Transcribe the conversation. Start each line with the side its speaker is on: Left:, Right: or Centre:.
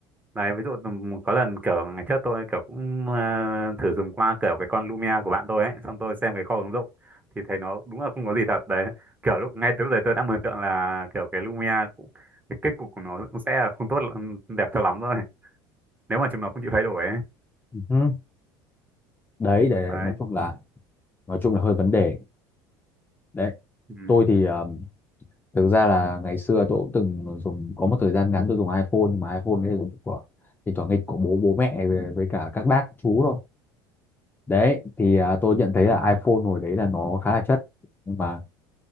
Right: Đấy, ví dụ tầm- có lần kiểu ngày trước tôi kiểu cũng ờ, thử dùng qua kiểu cái con Lumia của bạn tôi ấy, xong tôi xem cái kho ứng dụng thì thấy nó đúng là không có gì thật đấy. Kiểu lúc ngay từ lúc đấy tôi đã mường tượng là kiểu cái Lumia cũng cái kết cục của nó cũng sẽ là không tốt đẹp cho lắm rồi. Nếu mà chúng nó không chịu thay đổi ấy.
Left: Ừ. đấy đấy,
Right: Đấy.
Left: đấy. nói chung là nói chung là hơi vấn đề đấy
Right: Ừ.
Left: tôi thì um, thực ra là ngày xưa tôi cũng từng dùng có một thời gian ngắn tôi dùng iPhone nhưng mà iPhone đấy là dùng của thì thoảng nghịch của bố bố mẹ với, với cả các bác chú thôi đấy thì à, tôi nhận thấy là iPhone hồi đấy là nó khá là chất nhưng mà